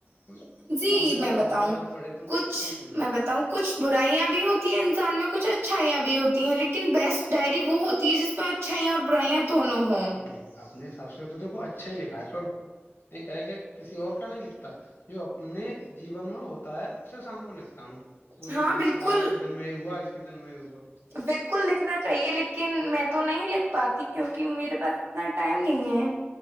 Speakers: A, on the left (about 60°); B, on the right (about 75°).
A: کوئی
B: جی
A: سامنے والا
B: میں
A: ہمارے
B: بتاؤں
A: بات پڑھے تو
B: کچھ
A: ٹھیک نہیں
B: میں بتاؤں کچھ برائیاں بھی ہوتی ہیں انسان میں کچھ اچھا <unintelligible> ہیں لیکن بیسٹ ڈائری وہ ہوتی <unintelligible> اچھائی اور برائی ہیں دونوں ہوں
A: نہیں اپنے حساب سے تو دیکھو اچھا ہی لکھا ہے پر یہ کہ کہ کسی اور کا نہیں لکھتا جو اپنے جیون میں ہوتا ہے اسے سام کو لکھتا ہوں پورے
B: ہاں
A: دن
B: بالکل
A: آج کے دن میں ہوا آج ک دن میں ہوا
B: بالکل لکھنا چاہیے لیکن میں تو نہیں لکھ۔ پاتی کیونکہ میرے پاس اتنا ٹائم نہیں ہے